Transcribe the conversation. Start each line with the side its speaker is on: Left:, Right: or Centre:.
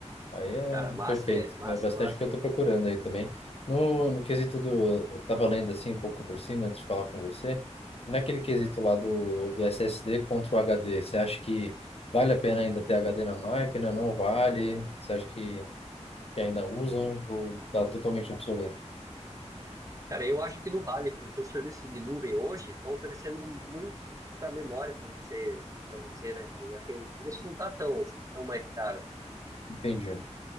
Left: Aí é
Right: Cara, massa,
Left: perfeito.
Right: é- massa,
Left: É bastante
Right: massa.
Left: o que eu estou
Right: é
Left: procurando aí também. No, no quesito do. Eu estava lendo assim um pouco por cima antes de falar com você. Naquele quesito lá do, do SSD contra o HD, você acha que vale a pena ainda ter HD na máquina? Não vale? Você acha que, que ainda usam? Ou tá totalmente obsoleto?
Right: Cara, eu acho que não vale, porque os serviços de nuvem hoje estão oferecendo muita memória para você, para você, né, cara? E assim, o preço não está tão, tão mais caro.
Left: Entendi.